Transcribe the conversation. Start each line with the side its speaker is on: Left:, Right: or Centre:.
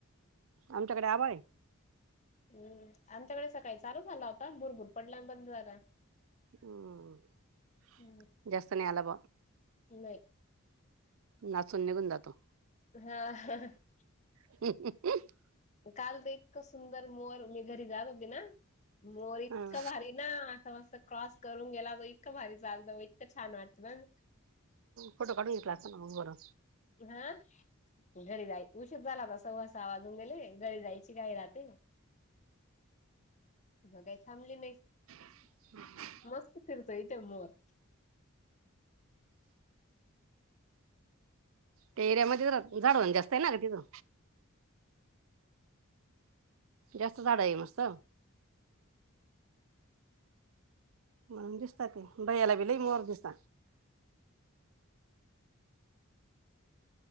Right: आमच्याकडे आवं आहे.
Left: हम्म आमच्याकडे सकाळी चालु झाला होता भुरभुर पडल्यान बंद झाला
Right: हम्
Left: हम्म
Right: जास्त नाही आलाभ
Left: नाही
Right: नाचून निघून जातो
Left: हा.
Right: ह <inaudible>
Left: काल तर इतका सुंदर मोर मी घरी जात होती, ना मोर
Right: हा
Left: इतका भारी. ना आता मस्त क्रॉस करून गेला तरो इतकं भारी चालतं बाई. इतकं छान वाटत मग.
Right: फोटो काढून घेतला असता ना मग बरं
Left: हा घरी जाई उशीर झालाता सववासा आवाजून गेले. घरी जायची काही राहते मग काही थांबली नाही.
Right: हम् <unintelligible>
Left: मस्त सिरतोय तेे मोर.
Right: तेऱ्या म झाड म्ह जास्त आहे ना का तिथं. जास्त झााडा आहे मस्त. म्हणून दिसत ते ब याला भि लई मर दिसत.